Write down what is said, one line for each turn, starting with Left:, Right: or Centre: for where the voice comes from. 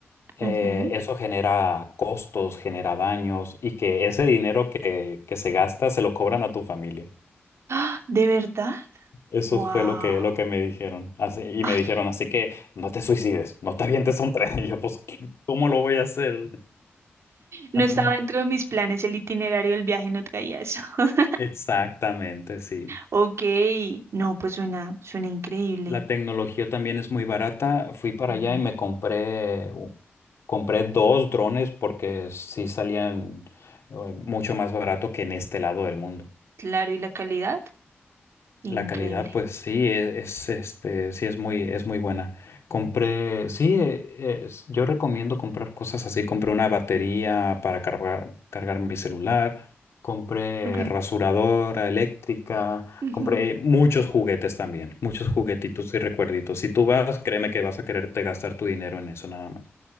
Left: eh,
Right: ujú.
Left: eso genera costos, genera daños y que ese dinero que, que se gasta se lo cobran a tu familia.
Right: ¡Ah! ¿De verdad?
Left: Eso
Right: ¡Wow!
Left: fue lo que, lo que me dijeron. Así, y
Right: Ay,
Left: me dijeron, así que no te suicides, no te avientes a un tren. <laughs> Y yo, pues, ¿qué- ¿cómo lo voy a hacer?
Right: no
Left: Ajá.
Right: estaba dentro de mis planes el itinerario del viaje, no traía eso. <laughs>
Left: Exactamente, sí.
Right: Ok, no, pues suena, suena increíble.
Left: La tecnología también es muy barata. Fui para
Right: Ujú.
Left: allá y me compré, u- compré dos drones porque sí salían eh, mucho más barato que en este lado del mundo.
Right: Claro, ¿y la calidad?
Left: La
Right: Increíble.
Left: calidad, pues sí, e- es, este, sí es muy, es muy buena. Compré, sí, eh, es- yo recomiendo comprar cosas así. Compré una batería para cargar, cargar mi celular, compré
Right: Ok.
Left: rasuradora eléctrica,
Right: Ujú.
Left: compré muchos juguetes también, muchos juguetitos y recuerditos. Si tú vas, créeme que vas a quererte gastar tu dinero en eso nada más.